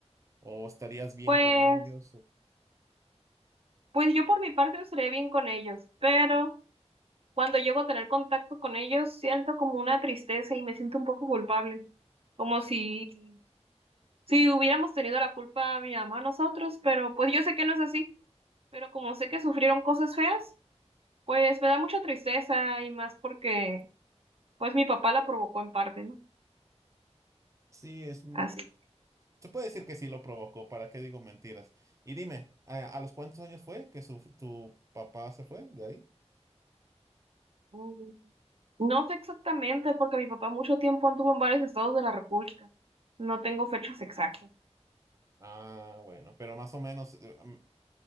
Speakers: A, on the right (about 25°); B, on the right (about 55°).
A: o estarías bien
B: Pues,
A: con ellos? o-
B: pues yo por mi parte estaré bien con ellos, pero cuando llego a tener contacto con ellos siento como una tristeza y me siento un poco culpable, como si, si hubiéramos tenido la culpa mi mamá, nosotros, pero pues yo sé que no es así, pero como sé que sufrieron cosas feas, pues me da mucha tristeza y más porque Pues mi papá la provocó en parte, ¿no?
A: sí, es, mu-
B: Así.
A: se puede decir que sí lo provocó, ¿para qué digo mentiras? Y dime, ¿a, a los cuántos años fue que su, tu papá se fue de ahí?
B: mm, No sé exactamente, porque mi papá mucho tiempo anduvo en varios estados de la República. No tengo fechas exactas.
A: Ah, bueno, pero más o menos, eh, am-